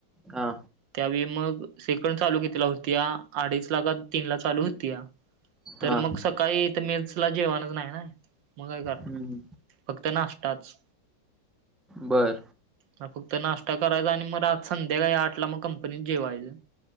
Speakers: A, in the centre; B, on the right.
A: हा
B: त्यावेळी मग सेकंड चालू कितीला होतीया अडीच ला का तीन ला चालू होतीया. तर
A: हा
B: मग सकाळी इथं मेस ला जेवाणच नाही ना मग काय करणार.
A: हम्म
B: फक्त नाष्टताच.
A: बर
B: ह फक्त नाश्ता करायचा आणि मग आ संध्याकाळी आठला मग कंपनीत जेवायचं.